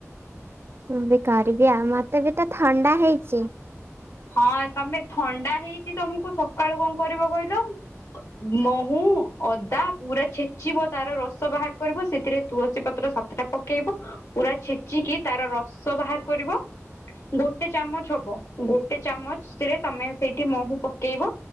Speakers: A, on the right; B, on the left.
A: ମୁଁ ବି କରିବି ଆଉ ମତେ ବି ତ ଥଣ୍ଡା ହେଇଚି।
B: ହଁ ତମେ ଥଣ୍ଡା ହେଇଚି ତମୁକୁ ସକାଳୁ କଣ କରିବ କହିଲ ମହୁ, ଅଦା ପୁରା ଛେଚିବ ତାର ରସ ବାହାର କରିବ ସେଥିରେ ତୁଳସୀପତ୍ର ସା ତଟା ପକେଇବ ପୁରା ଛେଚିକି ତାର ରସ ବାହାର କରିବ। ଗୋଟେ ଚାମଚ ହବ ଗୋଟେ ଚାମଚରେ ତମେ ସେଇଠି ମୋହୁ ପକେଇବ।